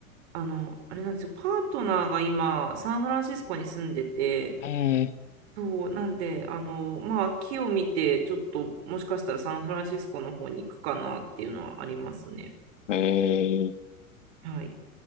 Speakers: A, on the right; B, on the left.
A: あの、あれなんですよ、パートナーが今、サンフランシスコに住んでて、
B: え
A: そう、なんで、あの、まあ、木を見て、ちょっと、もしかしたらサンフランシスコの方に行くかなっていうのはありますね。
B: ー、えー、
A: はい。